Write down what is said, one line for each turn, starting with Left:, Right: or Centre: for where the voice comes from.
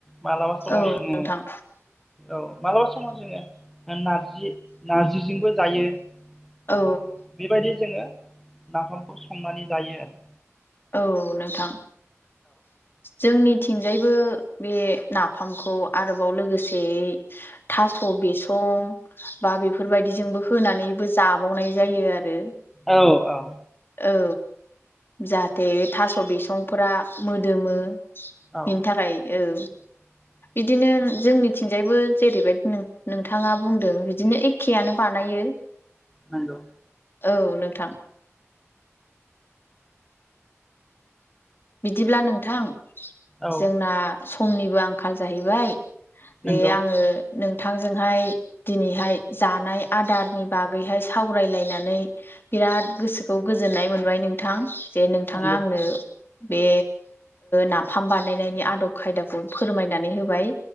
Centre: मालाबा समाव
Left: औ
Centre: जोङो
Left: नोंथां
Centre: औ मालाबा समाव जोङो नारजि नारजिजोंबो जायो। ओ
Left: औ
Centre: बेबायदि जोङो नाफामखौ संनानै जायो आरो।
Left: औ नोंथां जोंनि थिंजायबो बे नाफामखौ आरोबाव लोगोसेयै थास' बेस' बा बेफोरबायदिजोंबो होनानैबो जाबावनाय जायो आरो
Centre: औ औ
Left: औ जाहाथे थास' बिसंफोरा मोदोमो
Centre: औ
Left: बिनि थाखाय औ
Centre: <inaudible>
Left: बिदिनो जोंनिथिंजायबो जेरैबायदि नोंथाङा बुंदों बिदिनो एखेयानो बानायो
Centre: नंगौ
Left: औ नोंथां बिदिब्ला नोंथां
Centre: औ
Left: जोंना समनिबो आंखाल जाहैबाय
Centre: नंगौ
Left: जे आङो नोंथांजोंहाय दिनैहाय जानाय आदारनि बागैहाय सावरायलायनानै बिराद गोसोखौ गोजोननाय मोनबाय नोंथां जे नोंथाङा
Centre: नंगौ
Left: आंनो बे नाफाम बानायनायनि आदब खायदाखौ फोरमायनानै होबाय